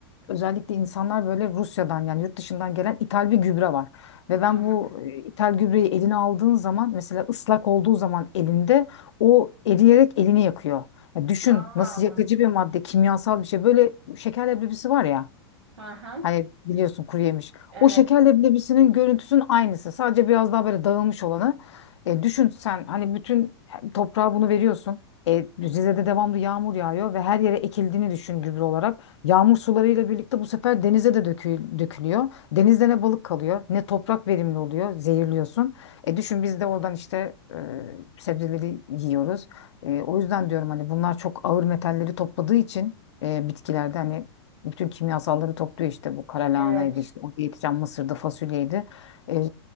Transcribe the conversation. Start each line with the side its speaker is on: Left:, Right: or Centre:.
Left: özellikle insanlar böyle Rusya'dan yani yurt dışından gelen ithal bir gübre var. Ve
Right: Hı
Left: ben
Right: hı.
Left: bu e, ithal gübreyi eline aldığın zaman mesela ıslak olduğu zaman elinde o eriyerek elini yakıyor. Ya düşün
Right: Aa,
Left: nasıl yakıcı bir madde, kimyasal bir şey. Böyle şeker leblebisi var ya.
Right: hı hı.
Left: Hani biliyorsun kuru yemiş.
Right: Evet,
Left: O şekerle bilebisinin görüntüsünün aynısı. Sadece biraz daha böyle dağılmış olanı. E, düşün sen hani bütün toprağa bunu veriyorsun. E, Rize'de devamlı yağmur yağıyor ve her yere ekildiğini düşün gübre olarak. Yağmur sularıyla birlikte bu sefer denize de dökü- dökülüyor. Denizde ne balık kalıyor, ne toprak verimli oluyor, zehirliyorsun. E düşün biz de oradan işte e, sebzeleri yiyoruz. E, o yüzden diyorum hani bunlar çok ağır metalleri topladığı için e, bitkilerde hani bütün kimyasalları topluyor işte bu kara
Right: evet.
Left: lahanaydı işte orada yetişen mısırdı fasulyeydi. E,